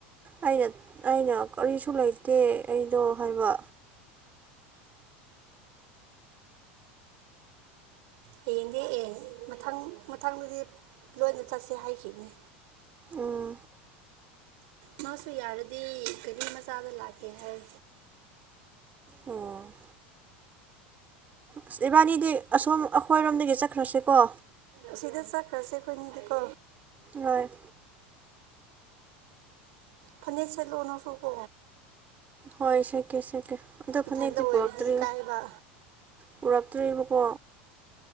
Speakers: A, on the right; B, on the right.
A: ꯑꯩꯅ ꯑꯩꯅ ꯀꯔꯤꯁꯨ ꯂꯩꯇꯦ ꯑꯩꯗꯣ ꯍꯥꯏꯕ
B: ꯍꯌꯦꯡꯗꯤ ꯑꯦ ꯃꯊꯪ ꯃꯊꯪꯗꯗꯤ ꯂꯣꯏꯅ ꯆꯠꯁꯦ ꯍꯥꯏꯈꯤꯕꯅꯦ
A: ꯎꯝ
B: ꯃꯥꯁꯨ ꯌꯥꯔꯗꯤ ꯒꯔꯤ ꯃꯆꯥꯗ ꯂꯥꯛꯀꯦ ꯍꯥꯏ
A: ꯑꯣ ꯑꯁ ꯏꯕꯥꯅꯤꯗꯤ ꯑꯁꯣꯝ ꯑꯩꯈꯣꯏꯔꯣꯝꯗꯒꯤ ꯆꯠꯈ꯭ꯔꯁꯦꯀꯣ
B: ꯑꯁꯤꯗ ꯆꯠꯈ꯭ꯔꯁꯦ ꯑꯩꯈꯣꯏꯅꯤꯗꯤꯀꯣ
A: ꯅꫭꯏ
B: ꯐꯅꯦꯛ ꯁꯦꯠꯂꯛꯑꯣ ꯅꯪꯁꯨꯀꯣ
A: ꯍꯣꯏ ꯁꯀꯦ ꯁꯀꯦ ꯑꯗꯣ
B: ꯏꯊꯟꯗ
A: ꯐꯅꯦꯛꯇꯤ
B: ꯑꯣꯏꯔꯗꯤ
A: ꯄꯨꯔꯛꯇ꯭ꯔꯤ
B: ꯏꯀꯥꯏꯕ
A: ꯄꯨꯔꯛꯇ꯭ꯔꯤꯕꯀꯣ